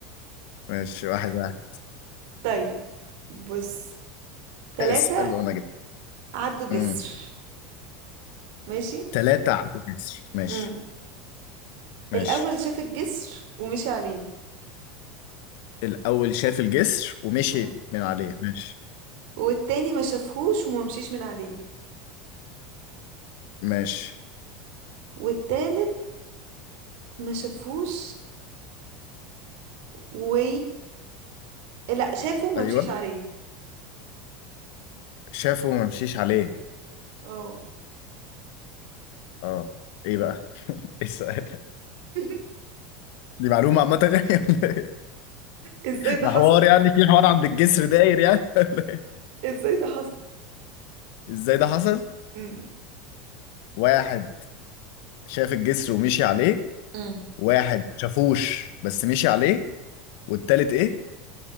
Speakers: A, on the left (about 60°); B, on the right (about 60°).
A: ماشي واحد واحد
B: طيب بص تلاتة
A: اسال وانا
B: عدوا جسر
A: جاي
B: ماشي
A: تلاتة عدوا جسر ماشي
B: امم
A: ماشي
B: الأول شاف الجسر ومشي عليه
A: الأول شاف الجسر ومشي
B: مم.
A: من عليه ماشي
B: والتاني ما شافهوش وما مشيش من عليه
A: ماشي
B: والتالت ما شافهوش و لا شافه وما
A: أيوه
B: مشيش عليه
A: شافه وما مشيش عليه
B: اه
A: اه إيه بقى؟ ايه السؤال يعني؟
B: <laughs>
A: دي معلومة عامة يعني ولا إيه؟
B: ازاي ده
A: ده
B: حصل
A: حوار يعني في حوار عند الجسر داير يعني ولا إيه؟
B: ازاي ده حصل
A: إزاي ده حصل؟
B: امم
A: واحد شاف الجسر ومشي عليه
B: امم
A: واحد ما شافوش بس مشي عليه والتالت إيه؟